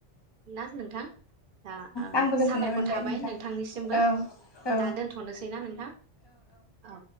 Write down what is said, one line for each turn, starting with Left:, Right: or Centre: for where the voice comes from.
Right: ना नोंथां दा
Left: आंबो गोजोननाय
Right: साबायखर
Left: मोनबाय
Right: थाबाय
Left: नोंथां
Right: नोंथांनिसिमबो
Left: औ औ
Right: दा दोनथ' सैना नोंथां औ